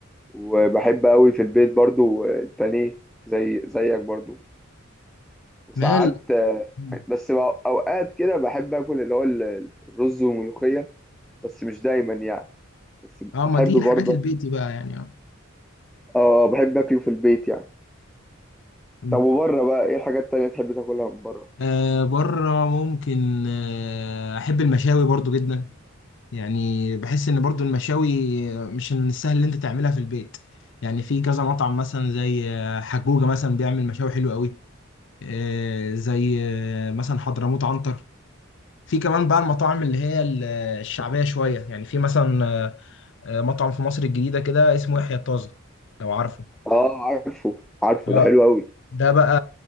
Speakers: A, in the centre; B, on the left.
A: وبحب قوي في البيت برضو آه، البانيه زي زيك برضو وساعات
B: مال
A: آه،
B: مم.
A: بس بقى- اوقات كده بحب اكل اللي هو ال- الرز وملوخية بس مش دايما يعني بس
B: اه
A: بحب
B: ما دي
A: برضه
B: الحاجات البيتي بقى يعني اه
A: اه بحب اكله في البيت يعني
B: مم.
A: طب وبره بقى ايه الحاجات التانية تحب تاكلها من بره
B: آه، بره ممكن آه، احب المشاوي برضو جدا يعني بحس ان برضو المشاوي آه، مش من السهل اللي انت تعملها في البيت يعني في كذا مطعم مثلا زي آه، حجوجة مثلا بيعمل مشاوي حلوة قوي آه، زي آه، مثلا حضرموت عنتر في كمان بقى المطاعم اللي هي ال- آه، الشعبية شوية يعني في مثلا آه، آه، مطعم في مصر الجديدة كده اسمه يحيى الطازة لو عارفه
A: اه عارفه عارفه
B: اه
A: ده حلو قوي
B: ده بقى